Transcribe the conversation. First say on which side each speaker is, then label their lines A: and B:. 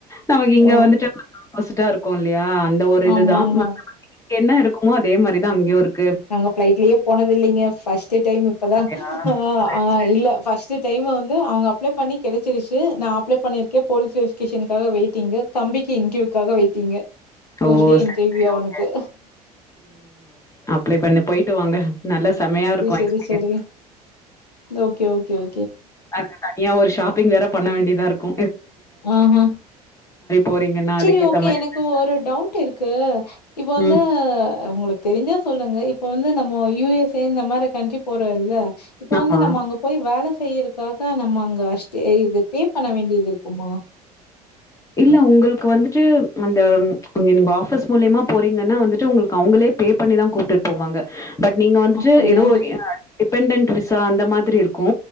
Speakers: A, on the left; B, on the left.
A: நமக்கு
B: ஓ!
A: இங்க வந்துட்டு வந்தோம் ஒஸ்டா இருக்கோம் இல்லயா ஆ அந்த ஒரு இதுதான்
B: ஆமாமா.
A: மத்தபடி இங்க என்ன இருக்குமோ அதே மாரிதான் அங்கேயும் இருக்
B: நாங்க பிளைட்லேயே போனது இல்லிங்க பஸ்ட் டைம் இப்பதா
A: இல்லையா?
B: ஆ
A: சரி,
B: ஆ
A: சரி.
B: இல்ல பஸ்ட் டைம் வந் து அவுங்க அப்ளே பண்ணி கெடைச்சிருச்சு நா அப்ளை பண்ணிருக்கே போலீஸ் வெரிஃபிகேஷன்காக வேய்டிங் தம்பிக்கு இன்டர்வியூக்காக வேய்டிங்கு டூஸ்டே
A: ஓ! சரி,
B: Interview
A: சரி.
B: அவுனுக்கு
A: okay. ப்ளே பண்ணி போயிட்டு வாங்க நல்லா செமையா இருக்கு
B: சரி,
A: எக்ஸ்பிரியன்ஸ்
B: சரி. ஓகே ஓகே ஓ
A: அங்க தனியா ஒரு ஷாப்பிங் வேற பண்ண வேண்டி இதா இருக்கு
B: ஆஹ்
A: போறீங்கன்னா,
B: சேரி
A: அதுக்கேத்த
B: ஓகே
A: மாரி
B: எனக்கு
A: ட்ரெஸ்
B: ஒரு டவுட் இருக்கு இப்ப வந்து
A: ம்.
B: உங்களுக் தெரிஞ்சா சொல்லுங்க இப்ப வந்து நம்ம யுஎஸ் ஏ இந்த மாரி கண்ட்ரி போற இல்ல இப்ப
A: ஆமா.
B: வந்து நம்ம அங்க போய் வேல செய்யறக்காக நம்ம அங்க அஷ் டே இது பேபண்ண வேண்டியது இருக் ஒ
A: இல்ல உங்களுக்கு வந்துட்டு அந்த நீங்க ஆபீஸ் மூலியமா போறீங்கன்னா வந்துட்டு உங்களுக்கு அவுங்களே பேபண்ணிதா கூப்பிட்டு போவாங்க பட் நீங்க வந்துட்டு
B: அப்படியா?
A: ஏதோ எ டிபன்டன் விஸ் சோ அந்த மாதிரி இருக்கு